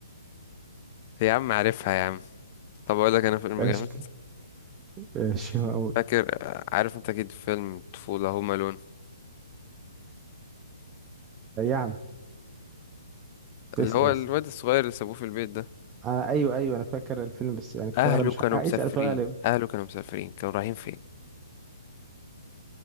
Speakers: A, on the left; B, on the right.
A: يا عم عارفها يا عم طب اقول لك انا فيلم
B: ايش
A: جامد
B: ايش اقول
A: فاكر آه، عارف انت اكيد فيلم طفولة هوم الون
B: يعني
A: اللي
B: اسأل
A: هو
B: اسأل
A: الواد الصغير اللي سابوه في البيت ده
B: آه ايوه ايوه انا فاكر الفيلم بس يعني في
A: اهله
B: الغالب مش
A: كانوا
B: ه- آه،
A: مسافرين
B: اسأل في الغالب
A: اهله كانوا مسافرين كانوا رايحين فين